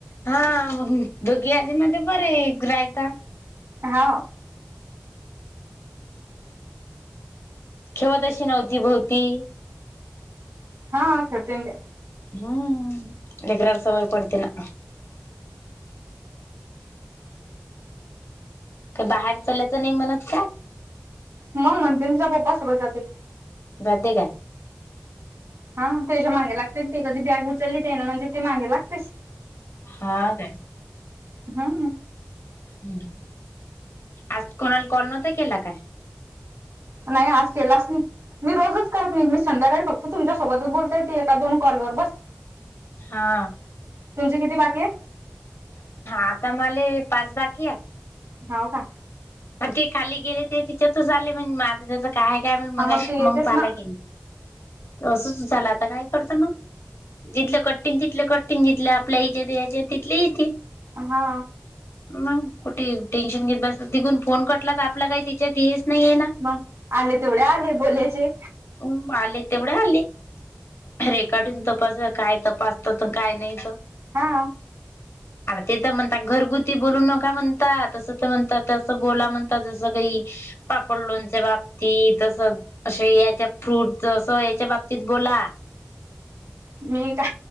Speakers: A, on the left; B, on the right.
A: हा दोगी आजी मध्ये पर रयता.
B: होा
A: खेवत अशी नव्हती भोवती
B: हा छडत का
A: हम्म लकार सवय पडतीना का बाहेर चल्यायचं नाही म्हणत का
B: मग मण त्यांच्या पप्पाासोबत जात
A: बध काय
B: हा त्याच्या मागे लागते ते कधी बॅग उचललीत आहे ना म्हणजे ते मागे लागतेस
A: हा काय
B: हम्म.
A: हम् आज कोणाला करणता केला काय
B: नाही आज केलाच नाही मी रोजच करत नाही मी संध्याकाळी करत त तुमच्यासोबतच बोलता येते एकाोन कॉलवर बस
A: हा
B: तुमचे किती बाकी आहे
A: आता मले पाच बाकी आहेत
B: होव का
A: मग ते खाली गेले ते तिच्यातच आले म्हण आता त्याचं काय काय म्हण
B: हा
A: मग
B: ते येतेच
A: मग पाहाला
B: ना
A: गेईल असंच झालं आता काय करतं नाग जिथलं कटिंग तिलं कटिंग जिथलं आपल्या याच्यात याच्या तिले येतील
B: हा
A: मग कुठे टेन्शन घेत बसत तघून फोन कटला तर आपला काही त्यािच्यातच नाहीये ना
B: मग आले तेवढे आले बोलायचे
A: हो आले तेवढे आले रेखा ठेून तपासा काय तपासतात काय नाही तर
B: हा
A: आणि ते तर म्हणतात घरगुती बोलू नका म्हणताात तसं तर म्हणतात तसं बोला म्हणतात जसं काही पापड लोणच्या बाबती तस असे फ्रूट याच्या बाबतीत बोला
B: मी का